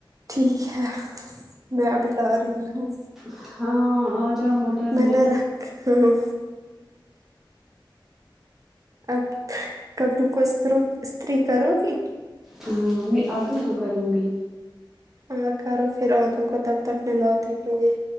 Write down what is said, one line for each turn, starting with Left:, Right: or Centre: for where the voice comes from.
Right: ٹھیک ہے میں ابھی لا رہی ہوں
Centre: ہاں آ جا ہوٹل
Right: میں نے رکھ ہاں ہاں آپ کب تم کو اسرو استری کرو گی
Centre: ہاں میں آدو کو کروں گی
Right: آ کرو پھر عورتوں کو تب تک میںلاتی ہوں یہ